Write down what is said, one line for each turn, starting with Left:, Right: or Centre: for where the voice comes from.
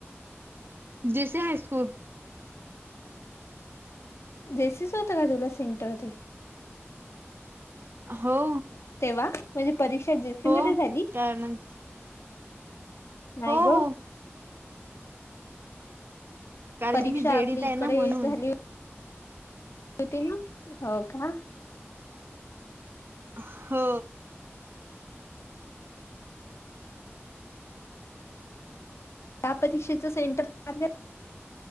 Right: जेसी हायस्कूल
Left: जेसीस होत का तुला सेंटर ते?
Right: हो.
Left: वा. म्हणजे परीक्षा जेसी
Right: हो
Left: मध्ये झाली.
Right: काय म्हण
Left: नाही
Right: हो
Left: ग
Right: हो. कारण
Left: परीक्षा
Right: की मी जेडीत
Left: आपली
Right: आहे
Left: इकडे
Right: ना म्हणून
Left: झाली होती ना, हो का.
Right: हो.
Left: या परीक्षेचा सेंटर चार्ज